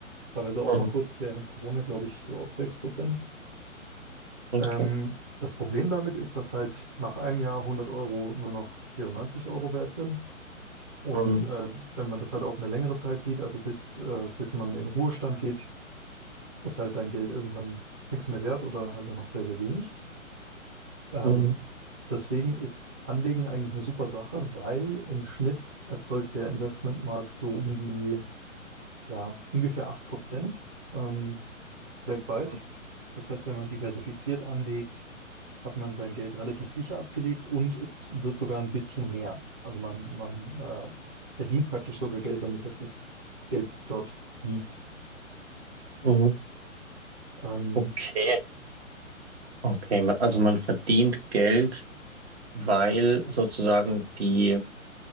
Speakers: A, on the right (about 15°); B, on the right (about 50°).
A: teilweise auch
B: Mhm.
A: mal kurz während Corona, glaube ich, so auf 6 Prozent.
B: Okay.
A: Ähm, das Problem damit ist, dass halt nach einem Jahr hundert Euro nur noch 94 Euro wert sind. Und
B: Mhm.
A: äh, wenn man das halt auf eine längere Zeit sieht, also bis, äh, bis man in Ruhestand geht, ist halt dein Geld irgendwann nichts mehr wert oder halt nur noch sehr, sehr wenig. Ähm,
B: Mhm.
A: deswegen ist Anlegen eigentlich eine super Sache, weil im Schnitt erzeugt der Investmentmarkt so um die, ja, ungefähr 8% ähm, weltweit.
B: Mhm.
A: Das heißt, wenn man diversifiziert anlegt, hat man sein Geld relativ sicher abgelegt und es wird sogar ein bisschen mehr. Also man, man äh, verdient praktisch sogar Geld damit, dass das Geld dort liegt.
B: Mhm.
A: Ähm,
B: Okay. Okay, man- also man verdient Geld, weil sozusagen die